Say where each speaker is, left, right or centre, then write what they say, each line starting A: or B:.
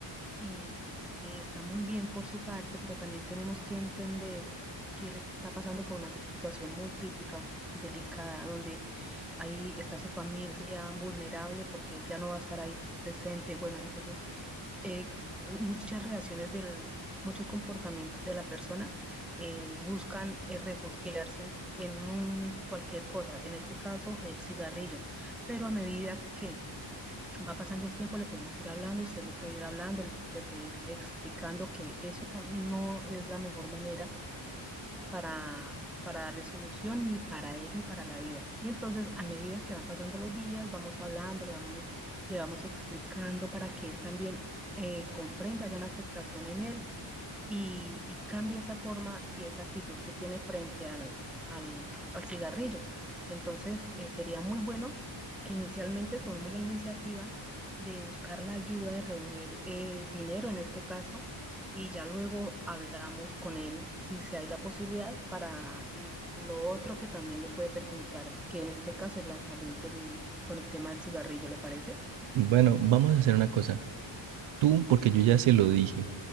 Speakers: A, in the centre; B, on the right.
A: y, y está muy bien por su parte, pero también tenemos que entender que él está pasando por una situación muy crítica, delicada, donde ahí está su familia vulnerable porque él ya no va a estar ahí presente. Bueno, entonces eh, muchas reacciones del, muchos comportamientos de la persona eh, buscan eh, refugiarse en un- cualquier cosa, en este caso el cigarrillo, pero a medida que va pasando el tiempo le podemos ir hablando, usted le puede ir hablando, le puede ir explicando que eso no es la mejor manera para, para darle solución ni para él ni para la vida. Y entonces, a medida que van pasando los días, vamos hablando, le vamos, le, le vamos explicando para que él también eh, comprenda, haya una afectación en él y, y cambia esa forma y esa actitud que tiene frente al, al, al cigarrillo. Entonces, eh, sería muy bueno que inicialmente tomemos la iniciativa de buscar la ayuda, de reunir eh, dinero en este caso, y ya luego hablamos con él si se hay la posibilidad para l- lo otro que también le puede perjudicar, que en este caso es la salud del, con el tema del cigarrillo, ¿le parece?
B: Bueno, vamos a hacer una cosa. Tú, porque yo ya se lo dije,